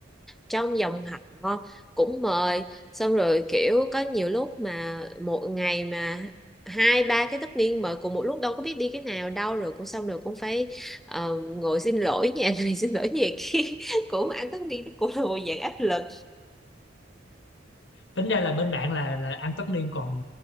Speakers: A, in the centre; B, on the left (about 60°).
A: trong dòng họ cũng mời xong rồi kiểu có nhiều lúc mà một ngày mà hai ba cái tất niên mời cùng một lúc đâu có biết đi cái nào đâu rồi cũng xong rồi cũng phải ờ, ngồi xin lỗi <laughs> nhà này xin lỗi nhà kia <laughs> cũng ăn tất niên cũng là một dạng áp lực
B: Tính ra là bên bạn là là ăn tất niên còn